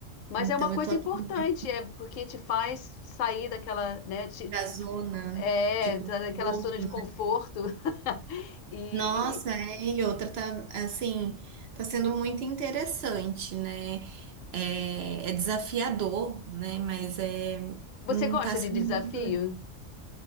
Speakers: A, on the left; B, on the right.
A: Mas
B: Então,
A: é uma coisa
B: eu estou aprendendo
A: importante, é porque te faz sair daquela, né, te-
B: da
A: te-
B: zona
A: é,
B: de conforto,
A: daquela zona de conforto. <laughs> E
B: Nossa, é, e outra tá, assim, tá sendo muito interessante, né? É, é desafiador, né? Mas é,
A: você
B: hum,
A: gosta
B: tá sendo
A: de desafio?
B: muito... le-